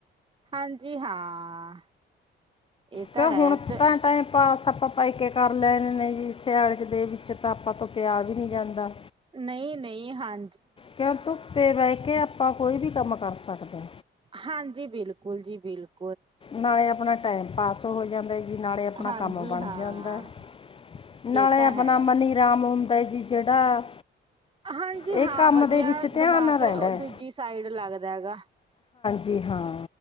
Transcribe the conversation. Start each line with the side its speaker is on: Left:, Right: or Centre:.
Right: ਹਾਂਜੀ ਹਾਂ ਇਹ ਤਾਂ
Left: ਕਿਉਂ ਹੁਣ
Right: ਹੈ ਜ
Left: ਤਾਂ ਟਾਈਮ ਪਾਸ ਆਪਾਂ ਪਾਈ ਕੇ ਕਰ ਲੈਣੇ ਨੇ ਜੀ ਸਿਆਲ ਦੇ ਵਿੱਚ ਤਾਂ ਆਪਾਂ ਤੋਂ ਪਿਆ ਵੀ ਨੀ ਜਾਂਦਾ।
Right: ਨਹੀਂ-ਨਹੀਂ ਹਾਂ।
Left: ਕਿਉਂ ਧੁੱਪੇ ਬਹਿ ਕੇ ਆਪਾਂ ਕੋਈ ਵੀ ਕੰਮ ਕਰ ਸਕਦੇ ਆ।
Right: ਹਾਂਜੀ ਬਿਲਕੁਲ ਜੀ ਬਿਲਕੁਲ
Left: ਨਾਲੇ ਆਪਣਾ ਟਾਈਮ ਪਾਸ ਹੋ ਜਾਂਦਾ ਜੀ। ਜੀ ਨਾਲੇ ਆਪਣਾ
Right: ਹਾਂਜੀ
Left: ਕੰਮ ਬਣ
Right: ਹਾਂ
Left: ਜਾਂਦਾ ਨਾਲੇ
Right: ਇਹ ਤਾਂ
Left: ਆਪਣਾ
Right: ਹੈ
Left: ਮਨੀ ਰਾਮ ਹੁੰਦਾ ਜੀ। ਜਿਹੜਾ
Right: ਹਾਂਜੀ
Left: ਇਹ
Right: ਹਾਂ
Left: ਕੰਮ
Right: ਵਧੀਆ
Left: ਦੇ ਵਿੱਚ ਧਿਆਨ
Right: ਦਿਮਾਗ
Left: ਰਹਿੰਦਾ
Right: ਉਹ
Left: ਹੈ
Right: ਦੂਜੀ ਸਾਈਡ ਲੱਗਦਾ ਹੈਗਾ।
Left: ਜੀ ਹਾਂ।